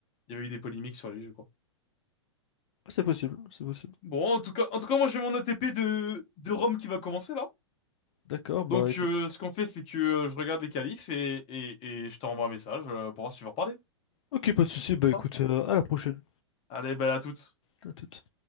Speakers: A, on the left (about 40°); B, on the left (about 70°).
A: Il y avait eu des polémiques sur les jeux, quoi.
B: C'est possible, c'est possible.
A: Bon, en tout cas, en tout cas, moi j'ai mon ATP de de Rome qui va commencer là.
B: D'accord, bah
A: Donc,
B: écoute.
A: euh, ce qu'on fait, c'est que euh, je regarde les qualifs et et et je t'envoie un message euh, pour voir si tu veux reparler.
B: Ok, pas de souci, bah
A: C'est ça?
B: écoute, euh, à la prochaine.
A: Allez, ben à toutes.
B: À toute.